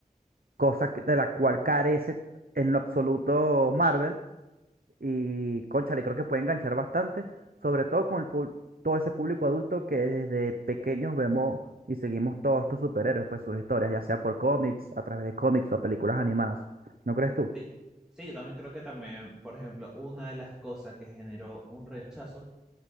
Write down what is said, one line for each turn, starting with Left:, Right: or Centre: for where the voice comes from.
Right: cosa que- de la cual carece en lo absoluto Marvel, y, cónchale, creo que puede enganchar bastante, sobre todo con el, pub- todo ese público adulto que desde pequeños vemos y seguimos todos estos superhéroes, pues sus historias, ya sea por cómics, a través de cómics o películas animadas. ¿No crees tú?
Centre: Sí, sí, yo también creo que también, por ejemplo, una de las cosas que generó un rechazo